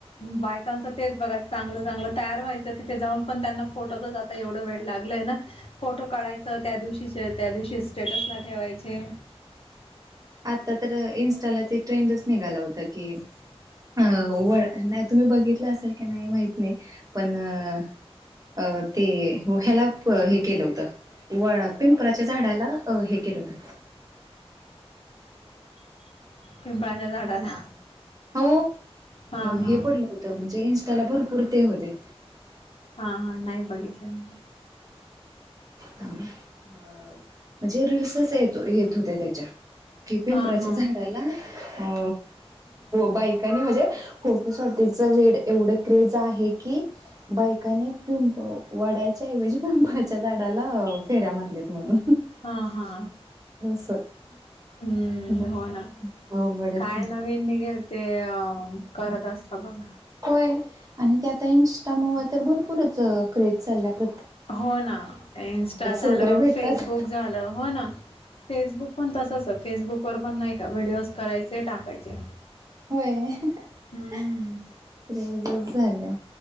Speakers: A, on the left (about 60°); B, on the right (about 35°).
A: बायकांच तेच बघा चांगलं चांगलं तयार व्हायचं तिथे जाऊन पण त्यांना फोटोचाच आता एवढं वेळ लागलय ना फोटो काढायच स त्या दिवशीचे त्या दिवशी स्टेटस ला ठेवायचे
B: आता तर इनस्टाला ते ट्रेंडच निघाला होता की अ व नाही तुम्ही बघितलं असेल की नाही माहत नाही पण अ ते ह्याला हे केलं होतं व पिंपराच्या झाडाला हे केलं होतं
A: पिंपळाच्या झाडाला
B: हो
A: हा हा
B: हे पडलं होतं म्हणजे इन्स्टाला भरपूर ते होते
A: हा हा नाही बघितले म
B: ां अ म्हणजे रीलल्सच य येत होत्या त्याच्या की पिंपराच्या
A: हा हा
B: झाडाला अ बायकनी म्हणजे फोटो शॉटीच वेळ एवढं क्रेज आहे बायकांनी वडाच्या ऐवजी पिंपळाच्या झाडा फेऱ्या मारल्या म्हणून
A: हा हा
B: अस
A: हम्म
B: ब
A: हो ना
B: अवघडच
A: काय
B: आहे
A: नवीन निघेल ते अ करत असतात बघा
B: त्यात इन्स्टा असल्यामुळे तर अजूनच क्रेजी चालल्यात
A: हो ना इं्स्टा झालं
B: वगैरे भेटतात
A: फेसबुक झालं हो ना हो ना इन्स्ट्रा झालं फेसबुक झालं हो ना फेसबुक पण तसच फेसबुक वर पण नाही का व्हिडिओज करायचे टाकायचे
B: होय
A: हम्म.
B: क्रेजच झाल्या